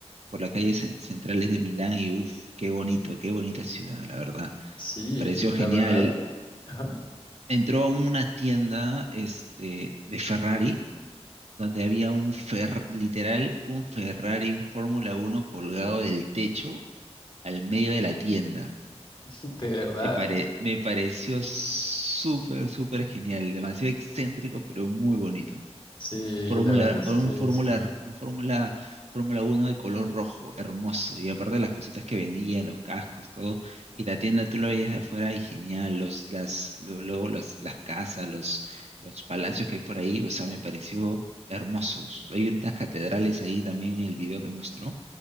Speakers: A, on the right; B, on the left.
A: por las calles cen- centrales de Milán y uff, qué bonito, qué bonita ciudad, la verdad.
B: sí,
A: Me pareció
B: y la
A: genial.
B: verdad, ajá,
A: Entró a una tienda, este, de Ferrari donde había un fer- literal un Ferrari, un Fórmula uno colgado del techo al medio de la tienda.
B: <laughs> de verdad,
A: Me pare- me pareció súper, súper genial, demasiado excéntrico, pero muy bonito.
B: sí,
A: Fórmula,
B: la verdad es
A: un
B: que
A: Fórmula,
B: sí.
A: un Fórmula, Fórmula uno de color rojo, hermoso. Y aparte las cositas que vendían, los cascos, todo. Y la tienda tú lo veías de afuera y genial. Los, las, lo- luego los, las casas, los, los palacios que hay por ahí, o sea, me pareció hermosos. Hay unas catedrales ahí también en el video que mostró.